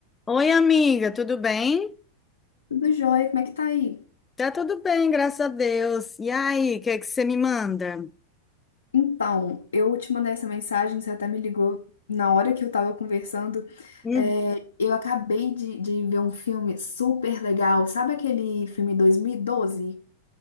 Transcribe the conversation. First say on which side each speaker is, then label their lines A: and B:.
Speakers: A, on the left; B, on the left.
A: Oi, amiga, tudo bem?
B: Tudo jóia, como é que tá aí?
A: Tá tudo bem, graças a Deus. E aí, o que é que você me manda?
B: Então, eu te mandei essa mensagem, você até me ligou na hora que eu tava conversando.
A: Hum,
B: É, eu acabei de, de ver um filme super legal. Sabe aquele filme 2012?